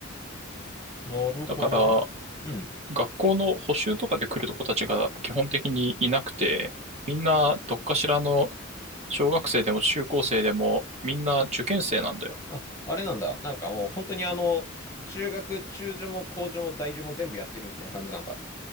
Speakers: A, on the left (about 15°); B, on the right (about 35°).
A: なるほどね。
B: だから、
A: うん。
B: 学校の補習とかで来る子たちが基本的にいなくて、みんなどっかしらの小学生でも中高生でもみんな受験生なんだよ。
A: あ、あれなんだ。なんかもう本当にあの、中学、中受も高受も大受も全部やってるみたいな感じなんだ。